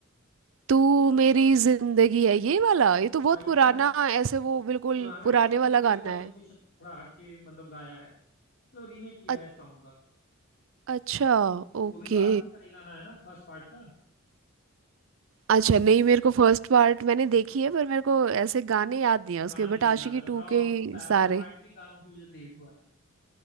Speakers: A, on the right (about 65°); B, on the left (about 45°).
A: तू मेरी जिंदगी है ये वाला ये तो बहुत
B: हाँ इसका
A: पुराना
B: री-
A: ऐसे वो बिल्कुल
B: पुराना
A: पुराने
B: है बट वो
A: वाला
B: रीमेक
A: गाना
B: वर्जन
A: है
B: कुछ थोड़ा हटके मतलब गाया है मतलब रीमेक किया
A: अ-
B: है सॉन्ग का
A: अच्छा ओके
B: वो भी तो आशिकी का ही गाना है ना फर्स्ट पार्ट का
A: अच्छा नहीं मेरे को फर्स्ट पार्ट मैंने देखी है पर मेरे को ऐसे गाने याद नहीं है उसके
B: गाने
A: बट
B: नहीं
A: आशिकी
B: याद है बताओ
A: टू के
B: आपको
A: ही
B: पहला
A: सारे
B: पार्ट भी गानों की वजह से हिट हुआ था